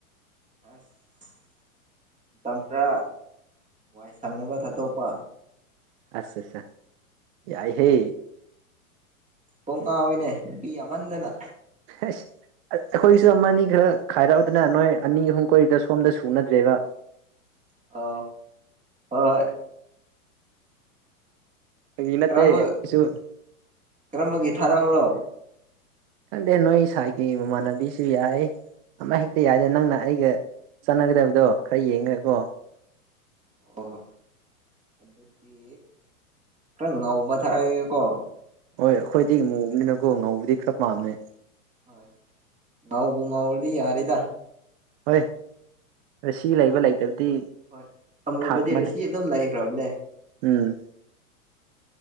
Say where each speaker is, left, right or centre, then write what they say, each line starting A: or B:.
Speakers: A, on the right; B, on the right.
A: ꯑꯁ ꯃꯇꯝ ꯈꯔ ꯋꯥꯏ ꯁꯪꯅꯕ ꯊꯥꯗꯣꯛꯄ
B: ꯑꯠꯆꯥ ꯆꯥ ꯌꯥꯏ ꯍꯦ
A: ꯀꯣꯛ ꯉꯥꯎꯋꯤꯅꯦ ꯅꯨꯄꯤ ꯌꯥꯝꯃꯟꯗꯅ
B: ꯑꯁ ꯑꯩꯈꯣꯏꯒꯤꯁꯨ ꯑꯃ ꯑꯅꯤ ꯈꯔ ꯈꯥꯏꯔꯛꯑꯗꯅ ꯅꯣꯏ ꯑꯅꯤ ꯑꯍꯨꯝ ꯀꯣꯏꯗ ꯁꯣꯝꯗ ꯁꯨꯅꯗ꯭ꯔꯦꯕ
A: ꯑ ꯍꯣꯏ
B: ꯐꯥꯒꯤ ꯅꯠꯇꯦ
A: ꯀꯔꯝꯕ
B: ꯑꯩꯈꯣꯏꯁꯨ
A: ꯀꯔꯝꯕꯒꯤ ꯊꯥꯔꯛꯎꯔꯣ
B: ꯈꯪꯗꯦ ꯅꯣꯏ ꯏꯁꯥꯏꯠꯒꯤ ꯃꯃꯥꯟꯅꯕꯤꯁꯨ ꯌꯥꯏ ꯑꯃ ꯍꯦꯛꯇ ꯌꯥꯏꯗ ꯅꯪꯅ ꯑꯩꯒ ꯆꯠꯅꯒꯗꯕꯗꯣ ꯈꯔ ꯌꯦꯡꯉꯀꯣ
A: ꯑꯣ ꯑꯗꯨꯗꯤ ꯈꯔ ꯉꯥꯎꯕ ꯊꯥꯔꯒꯦꯀꯣ
B: ꯍꯣꯏ ꯑꯩꯈꯣꯏꯗꯤ ꯏꯃꯨꯕꯅꯤꯅꯀꯣ ꯉꯧꯕꯗꯤ ꯈꯔ ꯄꯥꯝꯃꯦ
A: ꯍꯣꯏ ꯉꯥꯎꯕꯨ ꯉꯥꯎꯔꯗꯤ ꯌꯥꯔꯦꯗ
B: ꯍꯣꯏ ꯔꯁꯤ ꯂꯩꯕ
A: ꯑꯃꯨ
B: ꯂꯩꯇꯕꯗꯤ
A: ꯍꯣꯏ ꯑꯃꯨꯕꯗꯤꯔ
B: ꯊꯥꯛ ꯑꯃꯅꯤ
A: ꯁꯤ ꯑꯗꯨꯝ ꯂꯩꯈ꯭ꯔꯕꯅꯦ
B: ꯎꯝ